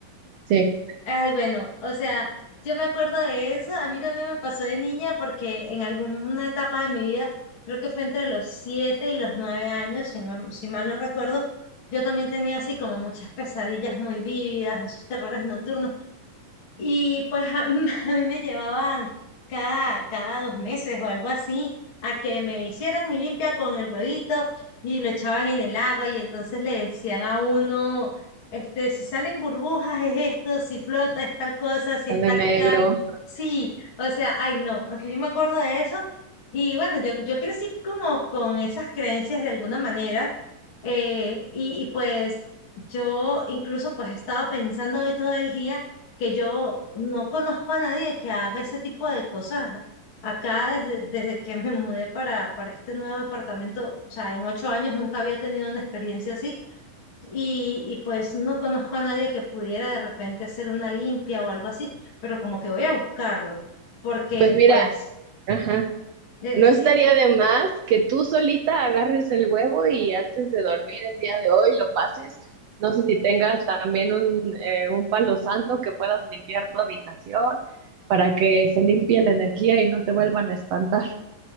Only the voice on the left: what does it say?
Ay, bueno, o sea, yo me acuerdo de eso. A mí también me pasó de niña porque en alguna etapa de mi vida, creo que fue entre los siete y los nueve años, si no, si mal no recuerdo, yo también tenía así como muchas pesadillas muy vívidas, esos terrores nocturnos y pues a, <laughs> a mí me llevaban cada, cada dos meses o algo así a que me hicieran mi limpia con el huevito y lo echaban en el agua y entonces le decían a uno, este, si salen burbujas es esto, si flota es tal cosa, si
está
calmo, sí, o sea, ay no, o sea, yo me acuerdo de eso y bueno, yo, yo crecí como con esas creencias de alguna manera eh, y, y pues yo incluso pues he estado pensando hoy todo el día que yo no conozco a nadie que haga ese tipo de cosas acá desde, desde que me mudé para, para este nuevo departamento. O sea, en ocho años nunca había tenido una experiencia así. Y, y pues no conozco a nadie que pudiera de repente hacer una limpia o algo así, pero como que voy a buscarlo, porque
pues
eh,
sí